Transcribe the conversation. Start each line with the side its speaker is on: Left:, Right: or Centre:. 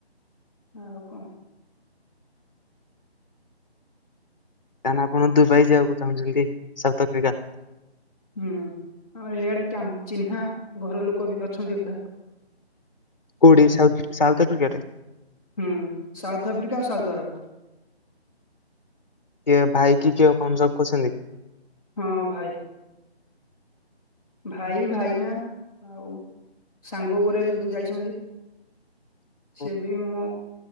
Centre: ଆଉ କ
Left: ତାହାନେ ଆପଣ ଦୁବାଇ ଯିବାକୁ ଚାହୁଁଛନ୍ତି ସାଉଥ ଆଫ୍ରିକା।
Centre: ହୁଁ ଆଉ ଇଆଡ଼େ କିଆ ଚିହ୍ନା ଘର ଲୋକ ବି ଅଛନ୍ତି ଅଧା।
Left: କୋଉଠି ସାଉ ସାଉଥ୍ ଆଫ୍ରିକାରେ।
Centre: ହୁଁ ସାଉଥ୍ ଆଫ୍ରିକା ଆଉ ସାଉଦ୍ ଆରବ।
Left: କିଏ ଭାଇ କି କିଏ କଣ ଜବ୍ କରୁଛନ୍ତି।
Centre: ହଁ ଭାଇ। ଭାଇ ଭାଇନା ଆଉ ସାଙ୍ଗ ଗୁରେ ଏବେ ଯାଇଛନ୍ତି।
Left: <inaudible>
Centre: ସିଏବି ମୋ